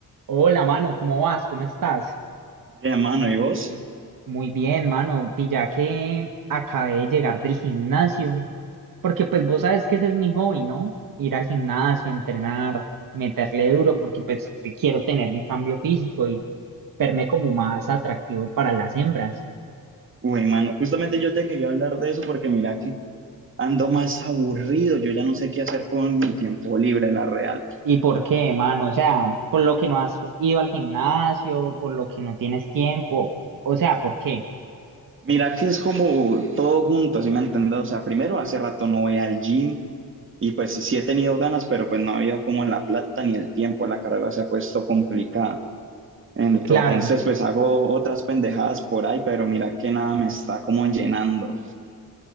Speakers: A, on the right; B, on the right.
A: Hola, mano, ¿cómo vas? ¿Cómo estás?
B: Bien, mano, ¿y vos?
A: Muy bien, mano. Pilla que acabé de llegar del gimnasio, porque pues vos sabes que ese es mi hobby, ¿no? Ir al gimnasio, entrenar, meterle duro, porque pues te quiero tener un cambio físico y verme como más atractivo para las hembras.
B: Uy, mano, justamente yo te quería hablar de eso porque mira que ando más aburrido, yo ya no sé qué hacer con mi tiempo libre, la real.
A: ¿Y por qué, mano? O sea, por lo que no has ido al gimnasio, por lo que no tienes tiempo, o sea, ¿por qué?
B: Mira que es como todo junto, ¿sí me entiendes? O sea, primero hace rato no voy al gym y pues sí he tenido ganas, pero pues no había como la plata ni el tiempo, la carrera se ha puesto complicada. Entonces,
A: Claro.
B: pues hago otras pendejadas por ahí, pero mira que nada me está como llenando.